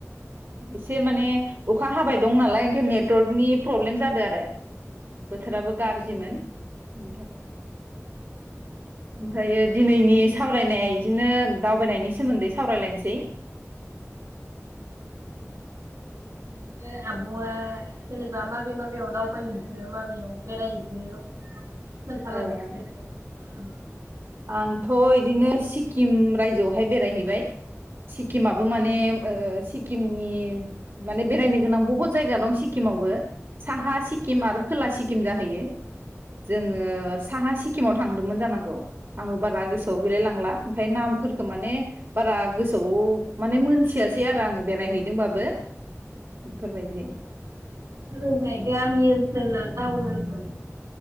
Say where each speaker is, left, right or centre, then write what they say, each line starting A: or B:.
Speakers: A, on the right (about 50°); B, on the right (about 80°).
A: एसे माने अखा हाबाय दं नालाय ओंखाय नेटवर्कनि प्रब्लेम जादों आरो। बोथोराबो गारजिमोन <unintelligible> ओमफ्रायो दिनैनि सावरायनाया इदिनो दावबायनायनि सोमोन्दै सावरायलायनसै।
B: <inaudible> बिदिनो आब'आ जेनेबा माबे माबेयाव दावबायहैखो माबेयाव बेरायहैखो खोनथालांदो
A: ओ
B: खेबसे। ओं
A: आंथ' इदिनो सिक्किम रायजोआवहाय बेरायहैबाय। सिक्किमाबो माने ओ सिक्किमनि माने बेरायनो गोनां बहुत जायगा दं सिक्किमावबो। साहा सिक्किम आरो खोला सिक्किम जाहैयो। जोङो साहा सिक्किमाव थांदोंमोन जानांगौ। आंबो बारा गोसोआव गैलायलांला। ओमफाय नामफोरखौ माने बारा गोसोआव माने मोनथियासै आरो आङो बेरायहैदोंबाबो। बेफोरबायदि
B: ओजोंहाय गामि आनसोल ना टाउन ओनसोल?